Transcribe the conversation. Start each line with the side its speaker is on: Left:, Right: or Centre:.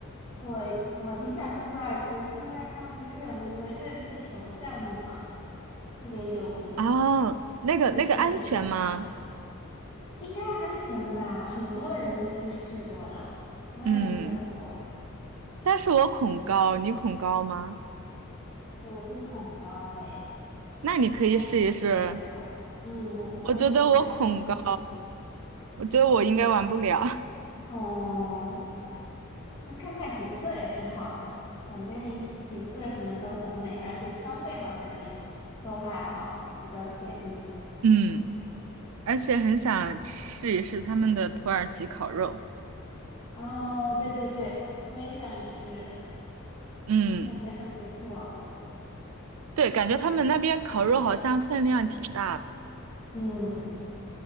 Left: 我我挺想去土耳其，是因为他们不是有那个热气球项目嘛，特别有名，
Right: 啊。那个那个安全吗？
Left: 我就一直很想尝试。应该安全吧？很多人都去试过了，我也很想做，
Right: 嗯，但是我恐高，你恐高吗？
Left: 我不恐高诶。
Right: 那你可以试一试。
Left: 我还挺喜欢这种，嗯，我我喜欢这种项目。
Right: 我觉得我恐高，我觉得我应该玩不了。
Left: 哦，那看看景色也是好的，反正景色什么都很美，而且消费好像也都还好，比较便宜。
Right: <laughs> 嗯，而且很想试一试他们的土耳其烤肉。
Left: 哦，对对对，我也想吃，
Right: 嗯，
Left: 感觉很不错，
Right: 对，感觉他们那边烤肉好像分量挺大的，
Left: 嗯，